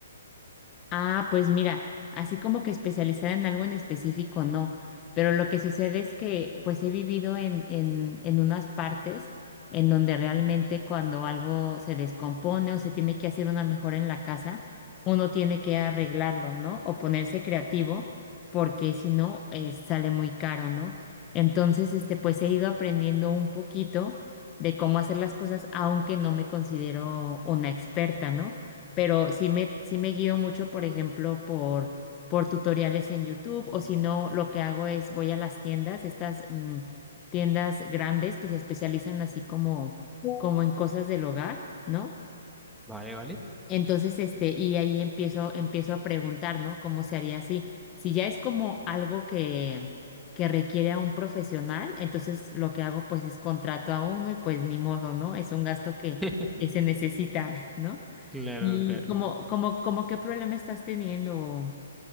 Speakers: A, on the left; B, in the centre.
A: Ah, pues mira, así como que especializada en algo en específico, no. Pero lo que sucede es que pues he vivido en, en, en unas partes en donde realmente cuando algo se descompone o se tiene que hacer una mejora en la casa, uno tiene que arreglarlo, ¿no? O ponerse creativo, porque si no, eh, sale muy caro, ¿no? Entonces, este, pues he ido aprendiendo un poquito de cómo hacer las cosas, aunque no me considero una experta, ¿no? pero sí me, sí me guío mucho, por ejemplo, por, por tutoriales en YouTube, o si no, lo que hago es voy a las tiendas, estas mm, tiendas grandes que se especializan así como, como en cosas del hogar, ¿no?
B: Vale, vale.
A: Entonces, este, y ahí empiezo, empiezo a preguntar, ¿no? ¿Cómo se haría así? Si ya es como algo que, que requiere a un profesional, entonces lo que hago pues es contrato a uno y pues ni modo, ¿no? Es un gasto que,
B: <laughs>
A: que se necesita, ¿no?
B: Claro,
A: ¿Y cómo, cómo, cómo qué problema estás teniendo o,